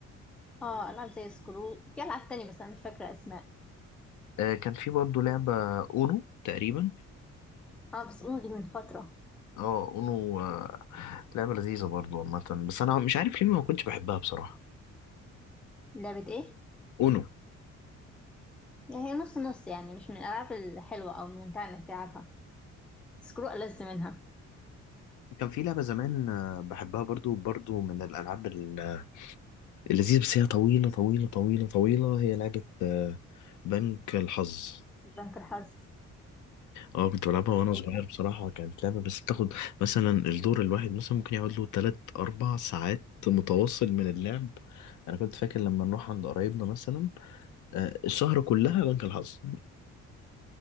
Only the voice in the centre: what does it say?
اه العاب زي سكرو في العاب تانية بس انا مش فاكره اسماء
اه بس اونو دي من فتره
لعبه ايه
يعني هي نص نص يعني مش من الالعاب الحلوه او الممتعه انك تلعبها سكرو ألذ منها
بنك الحظ
ايوه